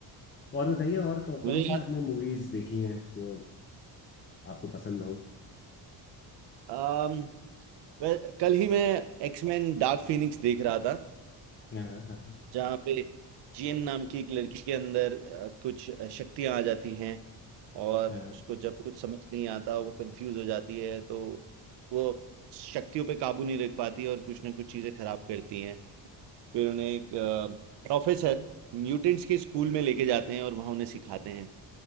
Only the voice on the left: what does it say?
और बताइए और कौ, कौन
सी
आपने मूवीज देखी हैं जो आपको पसंद हो
हाँ हाँ
हाँ।